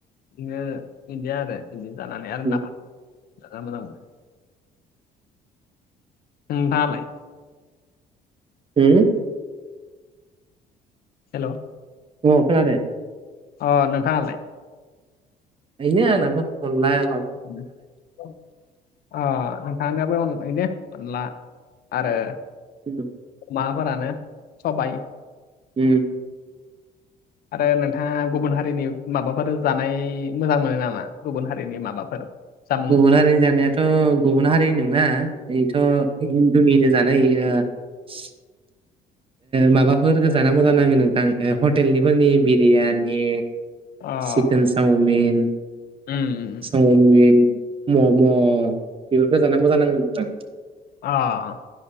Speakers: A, on the left; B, on the right.
A: बिदिनो बिदिया आरो बिदिनो जानानै आरो
B: उम
A: नाफ जा मोजां मोनो दालाय
B: होम?
A: हेल'
B: औ खोनादो
A: अ नोंथाङालाय
B: बेनो आंनाबो अनला मा
A: <unintelligible> अ नोंथांनोबो बिनो अनला आरो
B: <unintelligible>
A: माबाफोरानो सबाइ
B: उम
A: आरो नोंथाङा गुबुन हारिनि माबाफोर जानाय मोजां मोनो नामा गुबुन हारिनि माबाफोर जामुं
B: गुबुन हारिनि जानायाथ' गुबुन हारि नङा थ' हिन्दुनिनो जानाय ए माबाफोर गोजाना मोजां नाङो नोंथां हटेलनिफोरनि बिरियानि
A: अ
B: चिकेन चावमिन च
A: उम
B: चावमिन मम' बेफोरखौ जाना मोजां नांङो नोंथां
A: अ